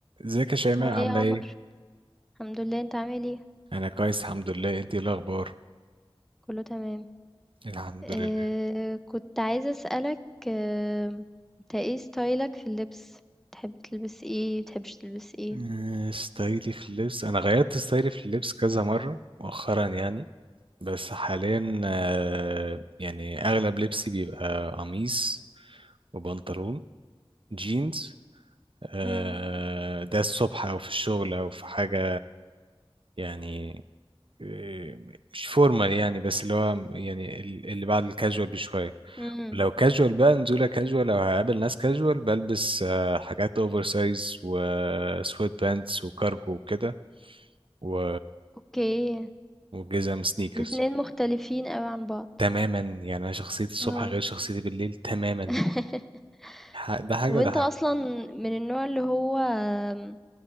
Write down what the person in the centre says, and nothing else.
هو ايه
يا عمر
الحمد لله انت عامل ايه
كله تمام
آه
كنت عايزة اسألك آه انت ايه ستايلك في اللبس تحب تلبس ايه بتحبش تلبس ايه
مم.
مم.
اوكي
الاتنين مختلفين قوي عن بعض
اه
<laughs>
طب
انت
اصلا من النوع اللي هو آم،